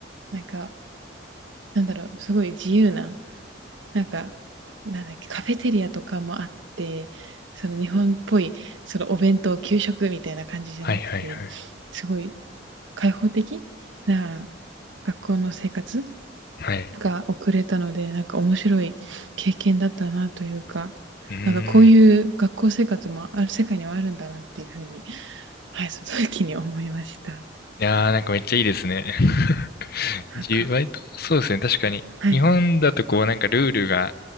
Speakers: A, on the right (about 80°); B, on the left (about 55°).
A: なんか、なんだろう、すごい自由ななんか、なんだっけ、カフェテリアとかもあって、その日本っぽい、そのお弁当、給食みたいな感じじゃなくて、
B: はいはいはい。
A: すごい開放的な学校の生活
B: はい。
A: が送れたので、なんか面白い経験だったなというか、
B: うーん。
A: なんかこういう学校生活もある世界にはあるんだなっていうふうに、はい、その時に思いました。
B: いやーなんかめっちゃいいですね。<laughs>
A: なんか、
B: 自由、割と、そうですね。確かに。
A: はい、
B: 日本だとこうなんかルールが、